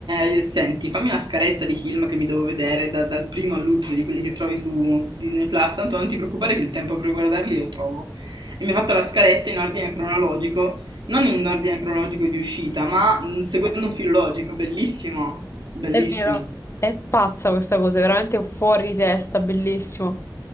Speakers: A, on the right; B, on the left.
A: gli ho detto, senti, fammi una scaletta di film che mi devo vedere da- dal primo all'ultimo di quelli che trovi su, su Disney Plus, tanto non ti preoccupare che il tempo per guardarli lo trovo. E mi ha fatto la scaletta in ordine cronologico non in ordine cronologico di uscita, ma mm, seguendo un filologico, bellissimo, bellissimo.
B: è vero, è pazza questa cosa, è veramente fuori di testa, bellissimo.